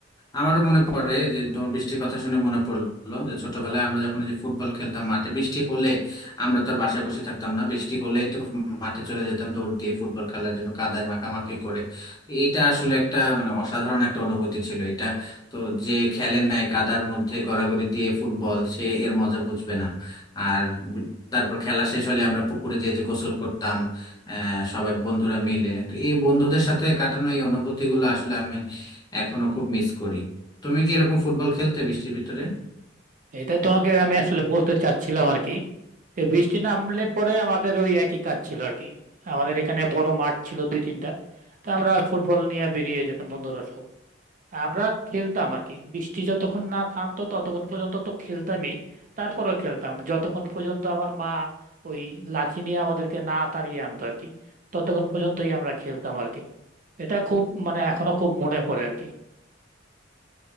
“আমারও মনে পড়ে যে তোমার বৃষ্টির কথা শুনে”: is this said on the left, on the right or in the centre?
Left